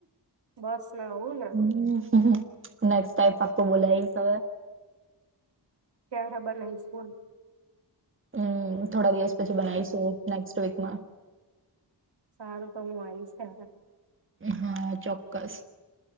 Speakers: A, on the right (about 75°); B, on the right (about 30°).
A: બસ ને આવું ને
B: હમ નેક્સ્ટ ટાઈમ પાકો બોલાવી તો
A: ક્યા ખબર ન સ્કૂલ
B: હમ. થોડા દિવસ પછી બનાઈશું નેક્સ્ટ વીક ના
A: સારું તો હું આવીશ ત્યારે
B: એ હા ચોક્કસ